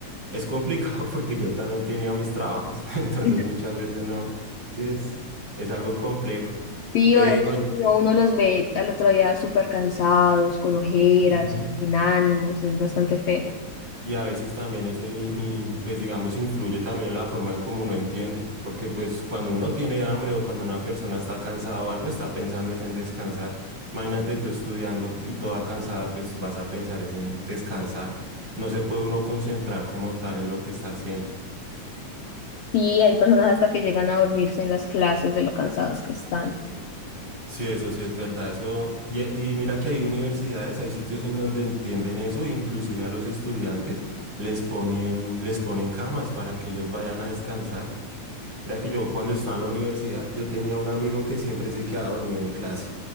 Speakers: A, on the right (about 35°); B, on the left (about 60°).
A: es complicado <laughs> porque yo también tenía mis trabajos, <laughs> entonces
B: <laughs>
A: muchas veces no, sí, es, es algo complejo.
B: Sí,
A: Eh,
B: o es
A: oy-
B: que si no, uno los ve al otro día súper cansados, con ojeras,
A: ujú,
B: como sin ánimos, es bastante feo.
A: Y a veces también eso, y, y, pues digamos, influye también en la forma en cómo uno entiende, porque pues cuando uno tiene hambre o cuando una persona está cansada o algo, está pensando es en descansar. Imagínate tú estudiando y toda cansada, pues vas a pensar es en descansar. No se puede uno concentrar como tal en lo que está haciendo.
B: Sí, hay personas hasta que llegan a dormirse en las clases de lo cansados que están.
A: Sí, eso sí es verdad, eso, y, e- y mira que hay universidades, hay sitios en donde entienden eso, inclusive a los estudiantes les ponen, les ponen camas para que ellos vayan a descansar. Mira que yo cuando estaba en la universidad, yo tenía un amigo que siempre se quedaba dormido en clase.